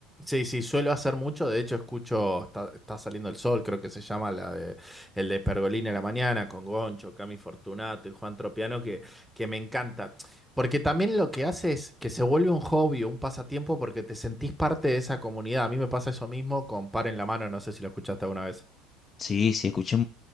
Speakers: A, in the centre; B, on the left.
A: Sí, sí, suelo hacer mucho. De hecho, escucho Está, está saliendo el sol, creo que se llama la de, el de Pergolini a la mañana, con Goncho, Cami Fortunato y Juan Tropiano, que, que me encanta. Porque también lo que hace es que se vuelve un hobby, un pasatiempo, porque te sentís parte de esa comunidad. A mí me pasa eso mismo con Par en la mano, no sé si lo escuchaste alguna vez.
B: Sí, sí, escuché.